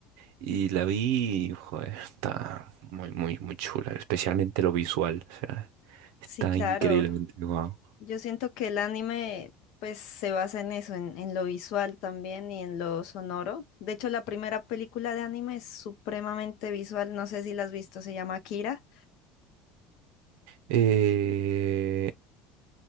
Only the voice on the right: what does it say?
Y la vi y, joder, está muy, muy, muy chula. Especialmente lo visual. O sea, está
increíblemente guau.
Eh,